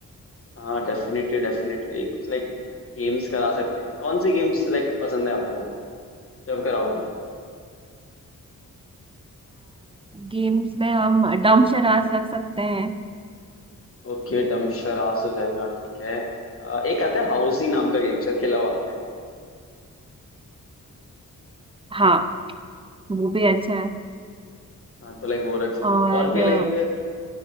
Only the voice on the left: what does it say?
हाँ डेफिनेटली डेफिनेटली कुछ लाइक गेम्स करा सकते हैं कौन से गेम्स लाइक पसंद है आपको जब कराओगे
ओके डम शरास हो जाएगा ठीक है अ, एक आता है हाउसी नाम का गेम शायद खेला हुआ आपने
हाँ तो लाइक वो रख सकते
हैं और भी लाइक
थोड़े